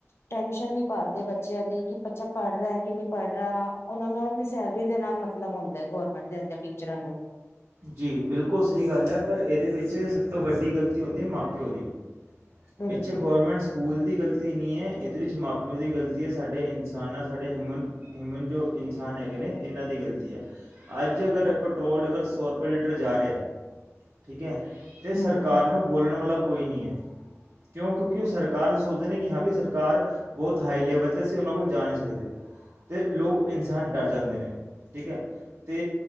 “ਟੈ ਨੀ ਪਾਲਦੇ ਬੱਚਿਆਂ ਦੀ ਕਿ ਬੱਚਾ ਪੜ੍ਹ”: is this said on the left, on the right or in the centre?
Left